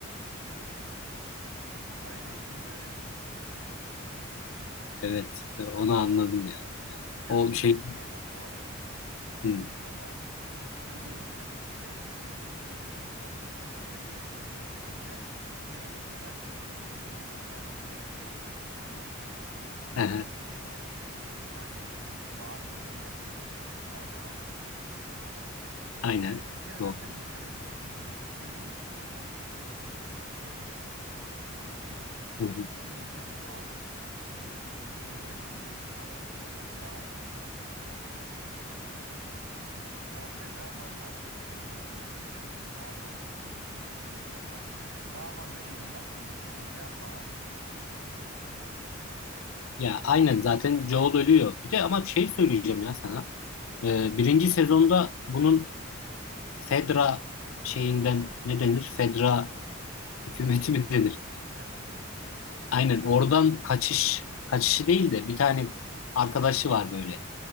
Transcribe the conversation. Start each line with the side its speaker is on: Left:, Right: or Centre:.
Right: <laughs> Aynen yüzü öyle bir yüz yani.
Left: Evet, e, onu anladım ya. Yani
Right: Yani
Left: o
Right: şöyle
Left: şey,
Right: bir şey var bu arada. E,
Left: hı,
Right: oyunda da e, şey değişiyor. İlk trailer'ı izlediğimde ben Last of Us 2'nin trailer'ını izlediğimde trailer'da zaten işte o lezbiyen olacağını şeyini falan vermişlerdi.
Left: hı,
Right: E, o bir tane işte bar gibi bir yerde öpüştükleri bir sahne vardı.
Left: aynen.
Right: Yani bir kere zaten
Left: Doğru.
Right: bir hani bir, bir yeni bir şey geliyor. Yeni bir nefes geliyor ikinci oyunda.
Left: Hı hı.
Right: Onun izlenimi vardı. İşte Ellie'nin büyüyüşü falan filan hani daha eee, nasıl diyeyim karakteri daha fazla inceleyecekler yani daha fazla özellik yükleyecekler falan. Daha fazla ele odaklı bir şey olacağı barizdi yani.
Left: Ya aynen zaten Joel ölüyor. Bir de ama bir şey söyleyeceğim ya sana. Ee, birinci sezonda bunun Fedra şeyinden ne denir? Fedra hükümeti mi denir?
Right: Hmm, evet.
Left: Aynen oradan kaçış, kaçışı değil de bir tane arkadaşı var böyle